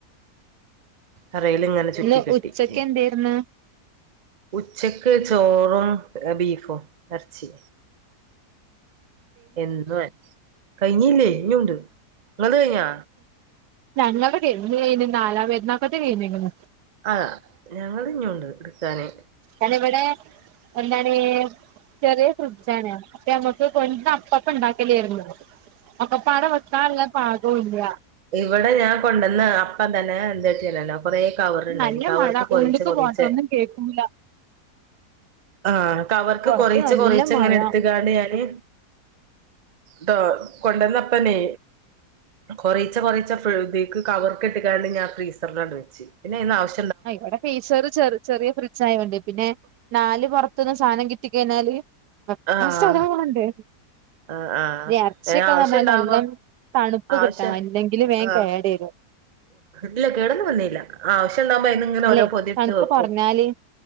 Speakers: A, on the right; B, on the right.
A: അരേല്ങ്ങനെ ചുറ്റിക്കെട്ടി
B: ഇന്ന് ഉച്ചക്ക്
A: മ്
B: എന്തേര്ന്ന്
A: ഉച്ചക്ക് ചോർ ആ ബീഫൊ എർച്ചി എന്നുഹന്നെ കഴിഞ്ഞില്ലേ ഇനിയുണ്ട് നിങ്ങല് കഴിഞ്ഞോ
B: ഞങ്ങൾടെക്കെ എന്ന് കയിഞ് നാലാപെരുനാകേറ്റെകൈഞ്ക്ണ്
A: ആ ഞങ്ങൾത്ഞ്ഞൂണ്ട്ട്ക്കാന്
B: ഞാനിവിടെ എന്താണ് ചറിയേ ഫ്രിഡ്ജാണ് അപ്പ നങ്ങക് കൊട്ന്അപ്പക്ക ണ്ടാക്കലൈനു ഒക്കെപാടെ വെക്കാള്ള പാത് ഉപ്പുയില്ല
A: ഇവടെ ഞാൻ കൊണ്ടൊന്ന അപ്പം തന്നെ എന്താട്ടിറിലൊ കൊറേ കവറ്ണ്ടായ്നി
B: നല്ല
A: കവർക്ക്
B: മഴ
A: കൊറേച്ചെ
B: ഉള്ളിക്ക്
A: കൊറേച്ചെ
B: പോട്ടെ ഒന്നും കേൾക്കൂല
A: ആഹ കവർക്ക്
B: പുറത്ത്
A: കൊറച്ച
B: നല്ല
A: കൊറച്ച
B: മഴ
A: എങ്ങനെ എടുത്തുകാണ് ഞാാന് ട്ടോ കൊണ്ടന്നപ്പനീ കൊറച്ച കൊറച്ച ഇതക്ക് കവർ കെ ഇട്ട കാണ്ട് ഞാൻ ഫ്രീസറിലണ്ട് വെച്ചു പിന്നെ അ ആവശ്യ-
B: ആ ഇവിടെ ഫെ ഈ ചെറ ചെറ ചെറിയ ഫ്രിഡ്ജ ആയത്ൊണ്ട് പിന്നെ നാല് പുറത്തനിന്ന് സാധനം കിട്ടിക്കഴിഞ്ഞാല്
A: ആഹ്
B: കഷ്ട അതാ വണ്ടേ
A: ആഹ് ആഹ്
B: ഇറച്ചി
A: ഏ ആവശ്യം
B: നമ്മ
A: ഉണ്ടാവുമ്പോ
B: നല്ലാം തണുപ്പ്
A: ആവശ്യം
B: കിട്ടാം അല്ലെങ്കിലും േൻ
A: ആഹ്
B: കേടരുോ
A: ഇല്ല കേടെന്നു വന്നീല്ല ആവിശ്യ ണ്ടാവുപ്പോ അയ്ന്ന് ങ്ങനെ
B: അല്ലെ
A: ഒരേപൊതി
B: തണുപ്പ്
A: ട്ത്ത് വെക്കും
B: കുറഞ്ഞാല്